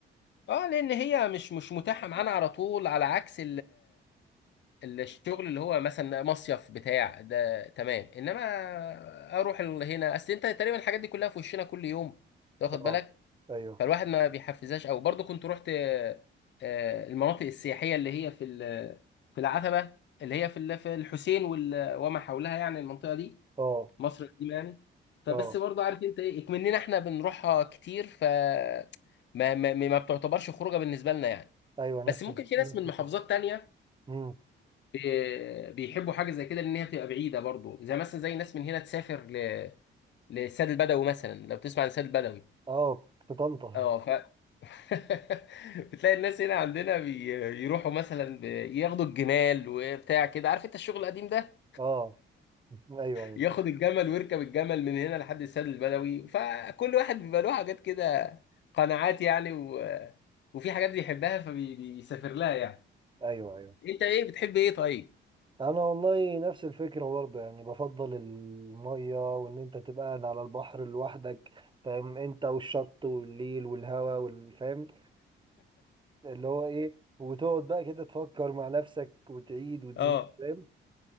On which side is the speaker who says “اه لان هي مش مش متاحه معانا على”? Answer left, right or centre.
Left